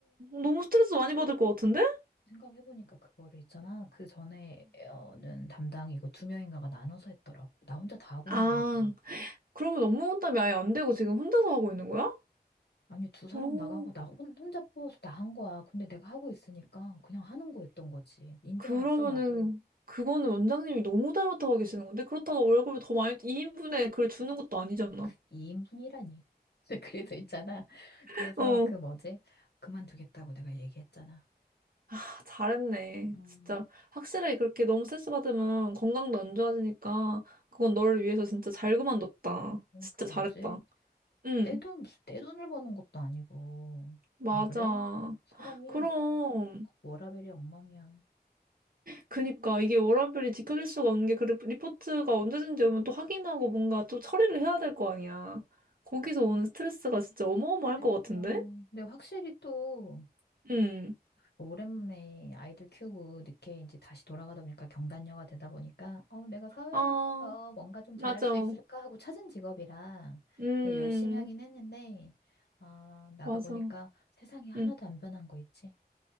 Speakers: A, on the right; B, on the left.
A: 너무 스트레스 많이 받을 것 같은데
B: 생각해보니까 그거를 있잖아. 그 전에는 담당 이거 두 명인가가 나눠서 했더라고. 나 혼자 다 하고
A: 응응아
B: 있는 거였 거지
A: 그러면 업무 분담이 아예 안 되고 지금 혼자서 하고 있는 거야?
B: 아니, 두 사람
A: 오
B: 나가고 나 혼, 혼자 뽑아서 다 한 거야. 근데 내가 하고 있으니까 그냥 하는 거였던 거지. 인제
A: 그러면은
B: 알았어, 나도.
A: 그거는 원장님이 너무 닮았다고 하고 계시는 건데 그렇다고 월급을 더 많이 2인분에 그걸 주는 것도 아니잖아
B: 그 2인분이라니. <laughs> 그래서 있잖아.
A: <laughs>
B: 그래서
A: 어응
B: 그 뭐지? 그만두겠다고 내가 얘기했잖아.
A: 아, 잘했네.
B: 음,
A: 진짜 확실히 그렇게 너무 스트레스 받으면 건강도 안 좋아지니까 그건 너를 위해서 진짜 잘 그만뒀다.
B: 어,
A: 진짜
B: 그 뭐지?
A: 잘했다. 응,
B: 내 돈, 무슨 내 돈을 버는 것도 아니고.
A: 맞아.
B: 안 그래? 사람이
A: 그럼
B: 워라밸이 엉망이야.
A: 그니까 이게 워라밸이 지켜질 수가 없는 게 그 리포트가 언제든지 오면 또 확인하고 뭔가 또 처리를 해야 될 거 아니야. 거기서 오는 스트레스가 진짜 어마어마할
B: 그러니까.
A: 것 같은데?
B: 근데 확실히 또
A: 응.
B: 오랜만에 아이들 키우고 늦게 이제 다시 돌아가다 보니까 경단녀가 되다 보니까 어 내가 사회에
A: 아,
B: 나가서 뭔가 좀
A: 맞아.
B: 잘할 수 있을까 하고 찾은 직업이라
A: 음,
B: 네, 열심히 하긴 했는데 아 나가
A: 맞아.
B: 보니까 세상이 하나도
A: 응,
B: 안 변한 거 있지.